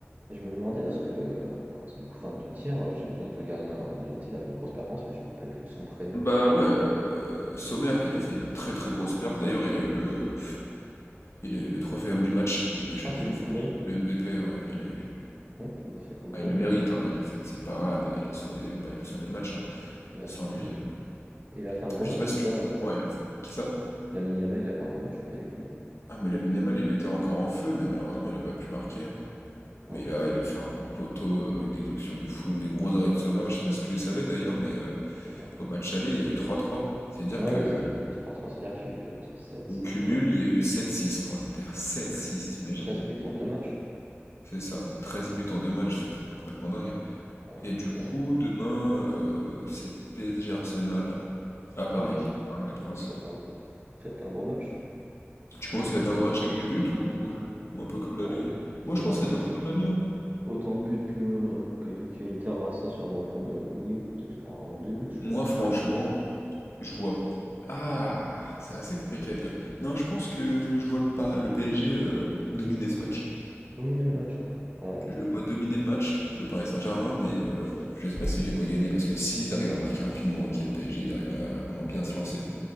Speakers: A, on the right; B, on the left.
A: Et je me demandais est-ce que, heu, ah parce du coup 22 tirs, heu, j'imagine que le gardien de l'Inter a fait une grosse performance, mais je me rappelle plus de son prénom,
B: Bah
A: je sais pas
B: ouais, euh, Sommer, il a fait une très
A: ah c'est
B: très
A: bon.
B: grosse perf. D'ailleurs, il a eu le, il a eu le trophée homme du match, Ligue des Champions,
A: ah c'est lui
B: enfin
A: qui l'a eu?
B: le MVP, ouais, il l'a eu.
A: OK, bah, c'est cool pour
B: Ah, il le
A: lui
B: mérite,
A: en vrai.
B: hein, il a fait de ses parades, il a sauvé, bah, il a sauvé le match. hein.
A: Il a
B: Sans lui,
A: OK
B: euh,
A: et il a fait un gros
B: je
A: match
B: sais pas si
A: ou
B: tu,
A: pas, hem?
B: ouais, il a fait- qui ça?
A: Lamine Yamal, il a fait un gros match ou pas du tout?
B: Ah mais Lamine Yamal, il était encore en feu, mais malheureusement, il a pas pu marquer. hein.
A: OK,
B: Mais il a,
A: il
B: il a fait un poteau, euh, des actions de fou, des gros arrêts de Sommer. Mais je sais pas si tu les savais d'ailleurs, mais euh,
A: dis-moi.
B: au match aller, il y a eu trois trois. C'est à dire
A: Ouais,
B: que
A: ouais, ça j'avais vu trois trois cest c'est-à-dire qu'il y a eu, attends 7, 6
B: Au cumul,
A: je suis en
B: il y a eu sept six pour l'Inter. Sept
A: sept
B: six, t'imagines?
A: treize buts en deux matchs.
B: C'est ça. 13 buts en deux matchs, c'est complètement dingue. hein.
A: Ah
B: Et du
A: punaise.
B: coup, demain, euh, c'est PSG Arsenal à
A: Putain,
B: Paris,
A: Gérard.
B: au Parc des
A: OK,
B: Princes.
A: ça va être un ça va être un gros match.
B: Tu
A: Tu
B: penses que ça va être un gros match avec du but ou, ou un peu comme l'aller?
A: bon,
B: Moi,
A: autant
B: je pense
A: de
B: que
A: buts
B: ça va être un peu comme l'aller. hein.
A: Autant de buts que que que Inter-Barça, sûrement pas, mais oui, peut-être il y aura 1 ou 2 buts, je
B: Moi,
A: pense que
B: franchement, je vois. Ah, c'est assez compliqué à dire. Non, je pense que je vois le, pa- le PSG euh, dominer ce match.
A: dominer le match, ouais, Ouais,
B: Je le vois
A: faut
B: dominer
A: de
B: le match, le Paris Saint-Germain, mais euh, je ne sais pas si je les vois gagner parce que s'ils arrivent à marquer rapidement, ok, le PSG, ils arrivent à, bon, à bien
A: mmh.
B: se lancer.